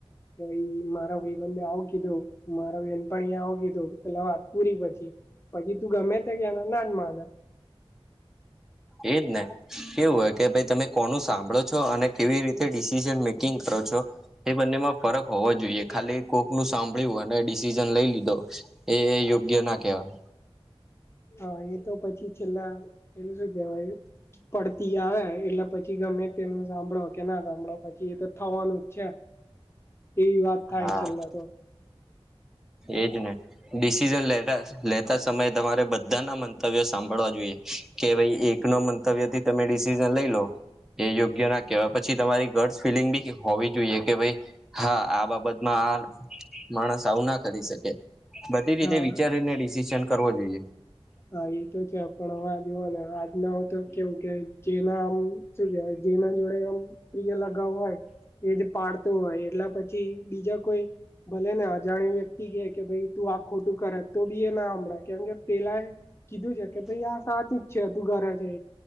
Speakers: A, on the left; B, in the centre.
A: કે ભાઈ મારા ભાઈ બંન ને આવ કીધું દો, મારા બેનપણી એ આવ કીધું, એટલે વાત પૂરી પછી, પછી તું ગમે તે કેને નાજ માને
B: એજ ને કેવું હોય કે ભાઈ તમે કોનું સાંભળો છો અને કેવી રીતે ડિસિશન મેકિંગ કરો છો એ બંનેમાં ફરક હોવો જોઈએ, ખાલી કોર્ક નું સાંભળ્યું અને ડિસિઝન લઈ લીધો એ યોગ્ય ના કહેવાય.
A: હા એ તો પછી છેલ્લા એને શું કેહેવાય પડતી આવે એટલે પછી ગમે તેનું સાંભળો કે ના સાંભળો પછી એ તો થવાનુંજ છે. એવી વાત થાય
B: હા
A: છેલ્લા તો.
B: એજ ને. ડિસિઝન લે લેતા સમયે તમારે બધાના મંતવ્યો સાંભળવા જોઈએ. કે ભાઈ એક નો મંતવ્ય થી તમે ડિસિઝન લઈ લો. એ યોગ્ય ના કહેવાય, પછી તમારી ગટ્સ ફીલિંગ બી કે હોવી જોઈએ કે ભાઈ હા આ બાબતમાં આ માણસ આવુ નાખ કરી શકે, બધી રીતે
A: હા
B: વિચારીને ડિસિશન કરવો જોઈએ.
A: હા એ તો છે, પણ હવે આ જુઓ ને આજ ના તો કેવું કે જેના આમ શું કેવાય જેના જોડે આમ પ્રિય લગાવ હોય એજ પાર કુ હોય, એટલા પછી બીજા કોઈ ભલે ને અજાણ્યું વ્યક્તિ કે, કે ભાઈ તું આ ખોટું કરે તો બી એ ના હમદાયે કેમકે પેલા એ કીધું છે, કે ભાઈ આ સાચુજ છે, તું ઘરે જઇ